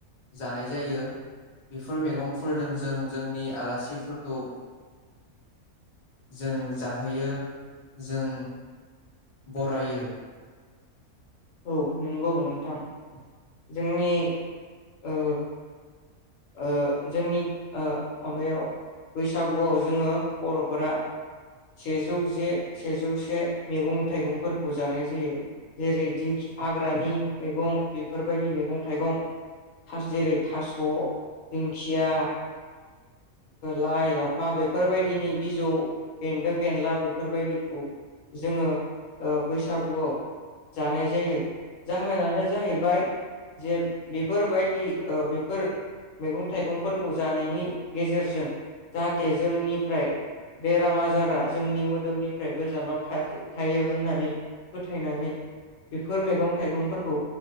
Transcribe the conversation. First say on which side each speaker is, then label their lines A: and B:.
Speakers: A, on the left (about 55°); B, on the left (about 65°).
A: जानाय जायो। बेफोर मेगंफोर जोंजों जोंनि आलासिफोरखौ जों जाहोयो जों बरायो।
B: औ नंगौ नोंथां जोंनि ओ ओ जोंनि ओ माबायाव बैसागुआव जोङो बर'फोरा सेजौ जे सेजौसे मेगं थाइगंफोरखौ जानाय जायो। जेरै दिंखि हाग्रानि मैगं बेफोरबायदि मैगं थाइगं थास जेरै थास' दिंखिया लाइ लाफा बेफोरबायदिनि बिजौ बेन्दों बेनला बेफोरबायदिखौ जोङो ओ बैसागुआव जानाय जायो। जाहोनानो जाहैबाय जे बेफोरबायदि बेफोर मैगं थाइगंफोरखौ जानायनि गेजेरजों जाहाथे जोंनिफ्राय बेराम आजारा जोंनि मोदोमनिफ्राय गोजानाव थायो होननानै फोथायनानै बेफोर मैगं थाइगंफोरखौ